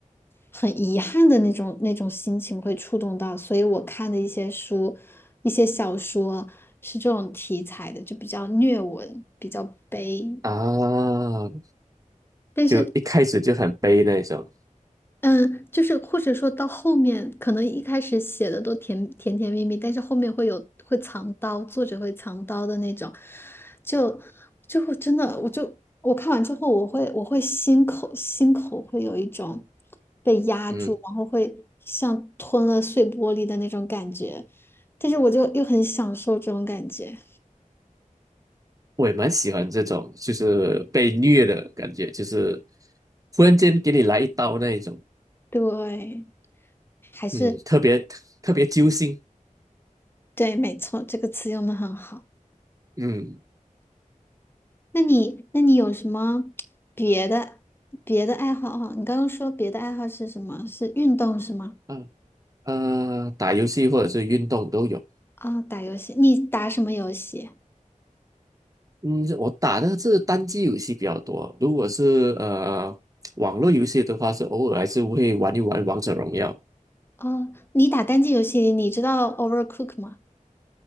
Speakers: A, on the left; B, on the right.
A: 很遗憾的那种那种心情会触动到。所以我看的一些书，一些小说是这种题材的，就比较虐文，比较悲。
B: 啊，
A: 但是
B: 就一开始就很悲那种，
A: 嗯，就是或者说到后面，可能一开始写的都甜甜甜蜜蜜，但是后面会有会藏刀，作者会藏刀的那种，就就会真的，我就我看完之后，我会我会心口心口会有一种被压住，
B: 嗯。
A: 然后会像吞了碎玻璃的那种感觉，但是我就又很享受这种感觉，
B: 我也蛮喜欢这种，就是被虐的感觉，就是忽然间给你来一刀那一种，
A: 对，还是
B: 嗯，特别特别揪心，
A: 对，没错，这个词用的很好。
B: 嗯
A: 那你那你有什么别的别的爱好哈？你刚刚说别的爱好是什么？是运动是吗？
B: 啊呃，打游戏或者是运动都有，
A: 啊、打游戏，你打什么游戏？
B: 嗯，我打的是单机游戏比较多，如果是呃网络游戏的话，是偶尔还是会玩一玩王者荣耀
A: 哦，你打单机游戏，你知道 Overcook 吗？